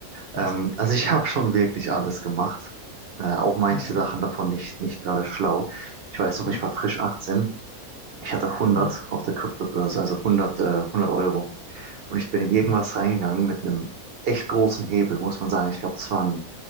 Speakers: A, on the left; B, on the right.
A: Krass.
B: Ähm, also ich <laughs> habe schon wirklich alles gemacht. Äh, auch manche
A: Ja.
B: Sachen davon nicht, nicht gerade schlau. Ich weiß noch,
A: Hm.
B: ich war frisch 18. Ich hatte 100
A: Hm.
B: auf der Kryptobörse, also 100, äh, 100 Euro. Und ich bin in irgendwas
A: Hm.
B: reingegangen mit einem echt großen Hebel, muss man sagen. Ich glaube, das war ein